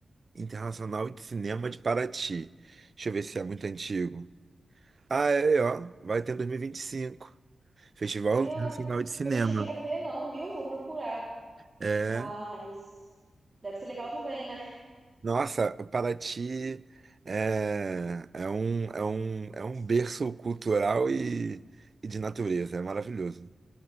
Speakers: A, on the right (about 55°); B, on the right (about 35°).
A: Internacional de Cinema de Paraty. Deixa eu ver se é muito antigo. Ah, é, é, ó. Vai ter em dois mil e e vinte e cinco. Festival
B: É, Eu
A: Nacional
B: não,
A: de Cinema.
B: eu não cheguei a ver, não, viu? Vou procurar.
A: É.
B: Mas deve ser legal também, né?
A: Nossa, Paraty é, é um, é um, é um berço cultural e, e de natureza. É maravilhoso.